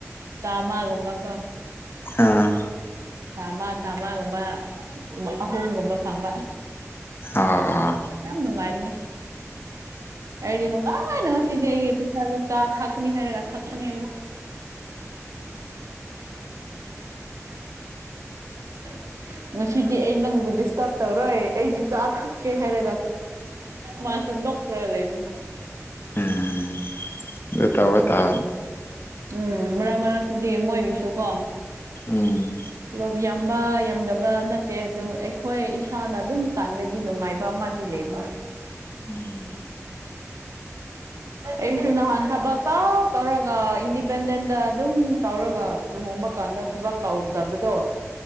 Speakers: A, on the right; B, on the left.
A: ꯆꯥꯝꯃꯒꯨꯝꯕꯀꯣ
B: ꯑꯥ
A: ꯆꯥꯝꯃ ꯆꯥꯝꯃꯒꯨꯝꯕ ꯑꯍꯨꯝꯒꯨꯝꯕ ꯐꯪꯕ
B: ꯑ ꯑꯥ
A: ꯌꯥꯝ ꯅꯨꯡꯉꯥꯏꯕꯅꯤ ꯑꯩꯗꯤ ꯅꯨꯡꯗꯥꯥꯡꯉꯥꯏꯅ ꯉꯁꯤꯗꯤ ꯑꯩꯒꯤ ꯄꯩꯁꯥꯗ ꯆꯥ ꯊꯛꯀꯅꯤ ꯍꯥꯏꯔꯒ ꯊꯛꯄꯅꯦ <unintelligible> ꯉꯁꯤꯗꯤ ꯑꯩ ꯅꯪꯕꯨ ꯗꯤꯁꯇꯔꯕ ꯇꯧꯔꯣꯏ ꯑꯩꯒꯤ ꯆꯥ ꯊꯛꯀꯦ ꯍꯥꯏꯔꯒ ꯃꯥꯁꯨ ꯅꯣꯛꯈ꯭ꯔꯒ ꯂꯩꯕꯅꯦ
B: ꯎꯝ ꯑꯗꯨ ꯇꯕ ꯇ
A: ꯎꯝ ꯃꯔꯛ ꯃꯔꯛꯇꯗꯤ ꯃꯣꯏꯒꯤꯁꯨ ꯀꯣ
B: ꯎꯝ
A: ꯂꯧꯕ ꯌꯥꯝꯕ ꯌꯥꯝꯗꯕ ꯅꯠꯇꯦ ꯑꯗꯨ ꯑꯩꯈꯣꯏ ꯏꯁꯥꯅ ꯑꯗꯨꯝ ꯇꯥꯟꯕꯩꯗꯤ ꯅꯨꯡꯉꯥꯏꯕ ꯑꯃ ꯂꯩꯕ
B: ꯎꯝ
A: ꯑꯩꯁꯨꯅꯍꯥꯟ ꯊꯕꯛ ꯇꯥꯎ ꯇꯧꯔꯒ ꯏꯟꯗꯤꯄꯦꯟꯗꯦꯟꯗ ꯑꯗꯨꯝ ꯇꯧꯔꯒ ꯂꯨꯍꯣꯡꯕ ꯀꯥꯟꯗ ꯊꯕꯛ ꯇꯧꯗꯕꯗꯣ